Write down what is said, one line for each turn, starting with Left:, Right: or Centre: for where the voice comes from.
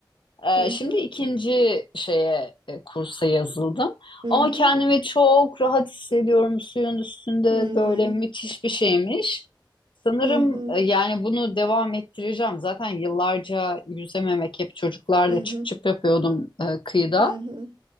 Left: Ee,
Right: Hı hı,
Left: şimdi ikinci şeye e, kursa yazıldım.
Right: hı
Left: Ama kendimi
Right: hı,
Left: çok rahat hissediyorum suyun üstünde
Right: hı hı,
Left: böyle müthiş bir şeymiş. Sanırım
Right: hı hı,
Left: e, yani bunu devam ettireceğim. Zaten yıllarca yüzememek hep çocuklarla
Right: hı hı,
Left: çıp çıp yapıyordum e, kıyıda.
Right: hı hı.